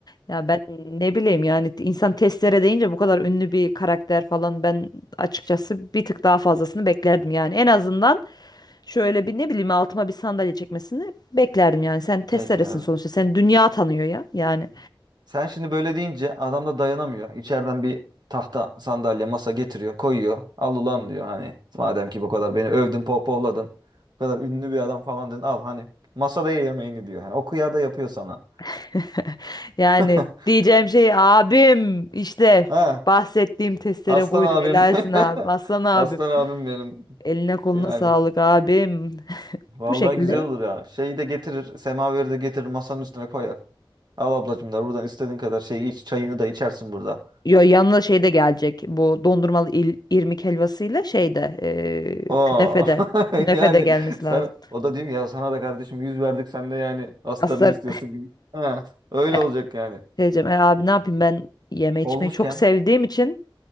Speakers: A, on the left; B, on the right.
A: Ya ben ne bileyim yani insan testlere deyince bu kadar ünlü bir karakter falan ben açıkçası bir tık daha fazlasını beklerdim yani. En azından şöyle bir ne bileyim altıma bir sandalye çekmesini beklerdim yani. Sen testeresin
B: Beklerdim.
A: sonuçta. Sen dünya tanıyor ya yani.
B: Sen şimdi böyle deyince adam da dayanamıyor. İçeriden bir tahta sandalye masa getiriyor koyuyor. Al ulan diyor hani madem ki bu kadar beni övdün pohpohladın. Bu kadar ünlü bir adam falan dedin al hani masada ye yemeğini diyor. Yani o kıyada yapıyor sana.
A: <laughs> Yani
B: <laughs>
A: diyeceğim şey abim işte
B: Ha,
A: bahsettiğim testere
B: aslan
A: buydu.
B: abim.
A: Helalsin abim.
B: <laughs>
A: Aslan abim.
B: Aslan abim benim.
A: Eline koluna
B: Yani.
A: sağlık abim. <laughs>
B: Vallahi
A: Bu şekilde
B: güzel olur ya. Şeyi de getirir. Semaveri de getirir. Masanın üstüne koyar. Al ablacım der. Buradan istediğin kadar şeyi iç. Çayını da içersin burada.
A: Yo, yanına şey de gelecek. Bu dondurmalı il, irmik helvasıyla şey de e,
B: Oo.
A: künefe de
B: <laughs>
A: künefe
B: Yani
A: de gelmesi
B: sana
A: lazım.
B: o da diyor ki ya sana da kardeşim yüz verdik sen de yani astarını
A: Aslar
B: istiyorsun gibi. Ha, öyle
A: <laughs>
B: olacak
A: E,
B: yani.
A: diyeceğim, "E abi ne yapayım ben yeme içmeyi
B: Olmuşken
A: çok sevdiğim için